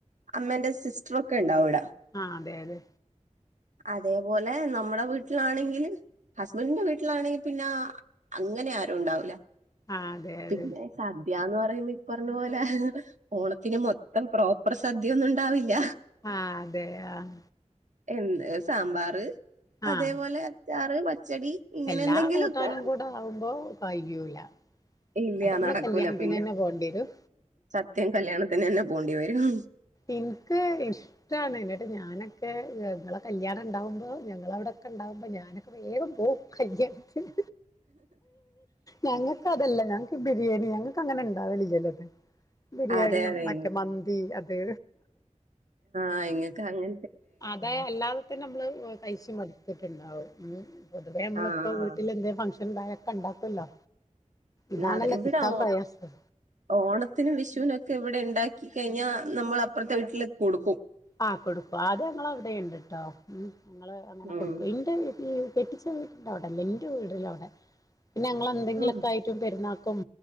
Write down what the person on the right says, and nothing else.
അമ്മെന്റെ സിസ്റ്ററൊക്കെ ഇണ്ടാവും ഇവിട.
അതേപോലെ നമ്മുടെ വീട് ട്ലു ആണെങ്കിൽ ഹസ്ബന്റിന്റെ വീട്ടിലാണെങ്കി പിന്നെ അങ്ങനെയാരും ഉണ്ടാവൂല്ല.
പിന്നെ സദ്യാന്ന് പറയുമ്പം ഇപ്പറഞ്ഞ പോലെ ഓണത്തിന് മൊ ത്തം പ്രോപ്പർ സദ്യയൊന്നും ഉണ്ടാവില്ല.
എന്ന് ഒര് സാമ്പാർ
അതേപോലെ അച്ചാറ് പച്ചടി ഇങ്ങനെ
എന്തെങ്കിലുമൊക്കെ
ഇല്ല
നടക്കൂല
പിന്നെ
സത്യം കല്യാണത്തിനെന്നെ പോണ്ടി വരും.
അതെ അതെ
ആ ഇങ്ങക്ക് അങ്ങന
ആഹ്
നാട ഇവിടെ
ഓ
ഓണത്തിനും വിഷുവിനൊക്കെ ഇവിടെ ഉണ്ടാക്കി കഴിഞ്ഞാൽ നമ്മൾ അപ്പുറത്തെ വീട്ടിൽ കൊടുക്കും.
ഉം
ആഹ്